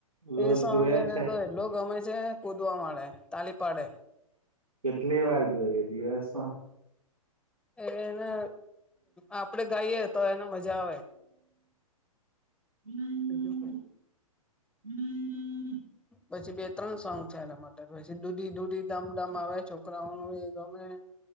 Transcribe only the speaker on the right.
રોજ
જોય જ
છે
કેટલી વાર જોઈએ દિવસમાં
હમ
હમ